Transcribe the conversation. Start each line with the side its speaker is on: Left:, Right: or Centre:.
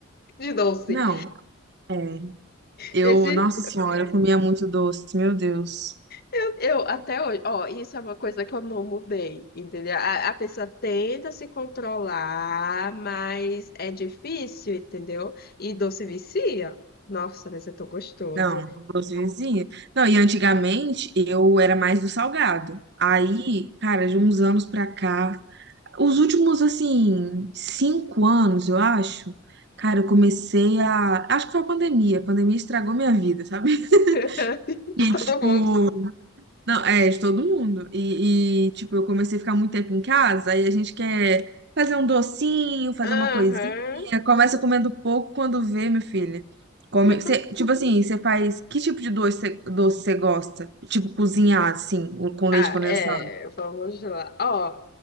Left: de doce.
Right: Não, é, eu,
Left: Esse.
Right: nossa senhora, eu comia muito doce, meu Deus.
Left: Eu, eu até hoje, ó, isso é uma coisa que eu não mudei, entendeu? A, a pessoa tenta se controlar, mas é difícil, entendeu? E doce vicia. Nossa, mas é tão gostoso.
Right: Não, doce vizinha. Não, e antigamente eu era mais do salgado. Aí, cara, de uns anos pra cá, Os últimos, assim, cinco anos, eu acho, cara, eu comecei a. Acho que foi a pandemia. A pandemia estragou minha vida, sabe?
Left: <laughs>
Right: <laughs> E,
Left: De todo
Right: tipo.
Left: mundo.
Right: Não, é, de todo mundo. E, e, tipo, eu comecei a ficar muito tempo em casa, aí a gente quer fazer um docinho, fazer
Left: Aham.
Right: uma coisinha. Começa comendo pouco quando vê, meu filho. Come...
Left: Já com...
Right: cê- tipo assim, você faz. Que tipo de doce você doce você gosta? Tipo, cozinhar, assim, com leite
Left: Ah,
Right: condensado.
Left: é, vamos lá. Ó,